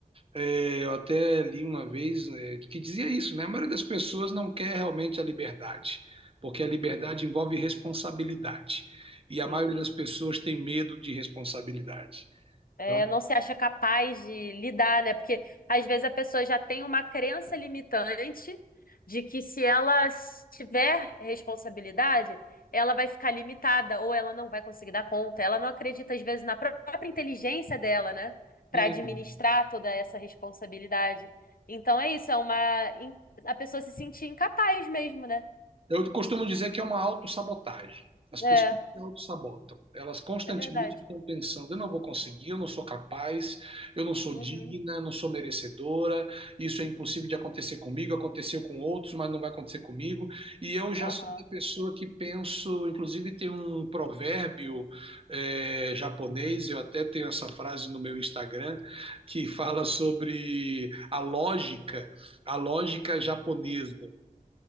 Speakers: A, on the right (about 40°); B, on the left (about 70°).
A: É, eu até li uma vez, é, que dizia isso, né? A maioria das pessoas não quer realmente a liberdade, porque a liberdade
B: Uhum.
A: envolve responsabilidade. E a
B: Sim.
A: maioria das pessoas tem medo de responsabilidade.
B: é,
A: Então,
B: não se acha capaz de lidar, né? Porque às vezes a pessoa já tem uma crença limitante de que se ela s- tiver responsabilidade, ela vai ficar limitada ou ela não vai conseguir dar conta. Ela não acredita às vezes na pró- própria inteligência dela, né?
A: hum,
B: Para administrar toda essa responsabilidade. Então é isso, é uma in- a pessoa se sentir incapaz mesmo, né?
A: Eu costumo dizer que é uma autossabotagem. As pessoas
B: É,
A: se autossabotam. Elas constantemente
B: é verdade.
A: estão pensando: eu não vou conseguir, eu não sou capaz, eu não sou
B: Uhum.
A: digna, eu não sou merecedora, isso é impossível de acontecer comigo, aconteceu com outros, mas não vai acontecer comigo. E eu já
B: Aham.
A: sou uma pessoa que penso, inclusive tem um provérbio eh, japonês, eu até tenho essa frase no meu Instagram, que fala sobre a lógica, a lógica japonesa.